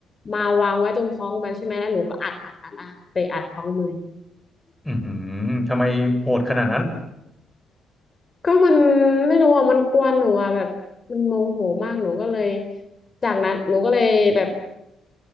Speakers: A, on the left (about 30°); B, in the centre.
A: มาวางไว้ตรงท้องมันใช่ไหมแล้วหนูก็อัดอัดอัดอัดเตะอัดท้องมันเลย
B: อือหือทำไมโหดขนาดนั้น
A: ก็มันไม่รู้อ่ะมันกวนหนูอ่ะแบบมันโมโหมากหนูก็เลยจากนั้นหนูก็เลยแบบ